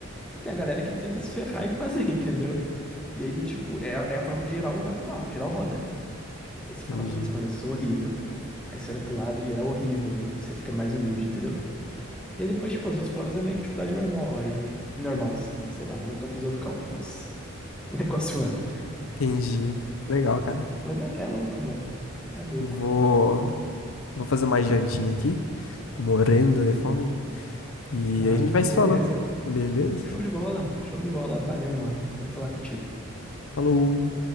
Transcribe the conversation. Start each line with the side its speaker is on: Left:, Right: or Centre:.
Centre: E tem a galera que tenta se ferrar e <laughs> fazer, entendeu? E aí, do tipo, é, a- é a prova que geral vai pro barro, geral roda. Aí você
Left: entendi.
Centre: fala, putz, mano, eu sou horrível. Aí você olha pro lado, geral horrível, aí você fica mais humilde, entendeu? E aí depois, tipo, as outras provas é meio que dificuldade normal, aí... Normal, assim, né? Sei lá, nunca fiz outro cálculo, mas <laughs> o negócio anda.
Left: Entendi. Legal, cara.
Centre: Mas é, é louco, mano. É louco.
Left: Vou, vou fazer uma jantinha aqui. Tô morrendo de fome. E
Centre: Ah,
Left: aí a gente vai se
Centre: beleza.
Left: falando. Beleza?
Centre: Show de bola, show de bola. Valeu, mano. Bom falar contigo.
Left: Falou!